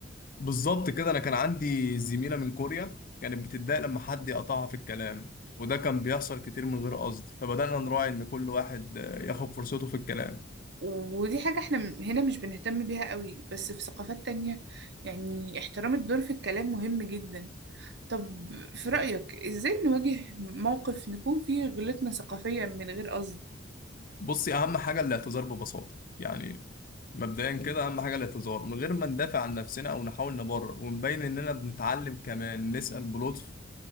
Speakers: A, on the left (about 45°); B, on the right (about 60°).
A: بالظبط كده انا كان عندي زميله من كوريا كانت بتتضايق لما حد يقطعها في الكلام وده كان بيحصل كتير من غير قصد فبدانا نراعي ان كل واحد آه، ياخد فرصته في الكلام
B: ودي حاجة احنا م- هنا مش بنهتم بيها قوي بس في ثقافات تانية يعني احترام الدور في الكلام مهم جدا طب في رأيك ازاي نواجه موقف نكون فيه غلطنا ثقافيا من غير قصد
A: بصي اهم حاجه الاعتذار ببساطه يعني مبدئيا كده اهم حاجه الاعتذار من غير ما ندافع عن نفسنا او نحاول نبرر ونبين اننا بنتعلم كمان نسال بلطف